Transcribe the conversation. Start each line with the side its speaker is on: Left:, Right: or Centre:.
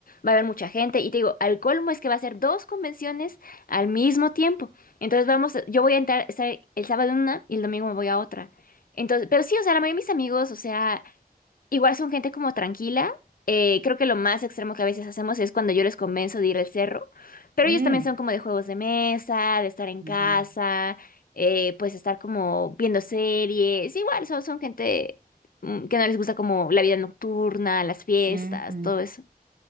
Left: va a haber mucha gente y te digo, al colmo es que va a ser dos convenciones al mismo tiempo. Entonces vamos, a- yo voy a entrar, estar el sábado en una y el domingo me voy a otra. Entonces, pero sí, o sea, la mayoría de mis amigos, o sea, Igual son gente como tranquila. eh, creo que lo más extremo que a veces hacemos es cuando yo les convenzo de ir al cerro, pero
Right: Mm,
Left: ellos también son como de juegos de mesa, de estar en casa,
Right: mm,
Left: eh, pues estar como viendo series. Igual son, son gente mm, que no les gusta como la vida nocturna, las fiestas,
Right: mm, mm.
Left: todo eso.